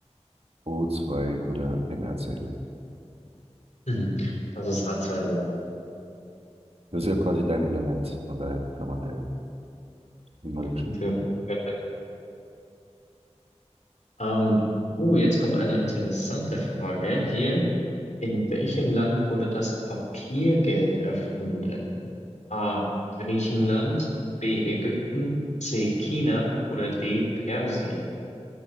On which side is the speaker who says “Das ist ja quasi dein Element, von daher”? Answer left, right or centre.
Right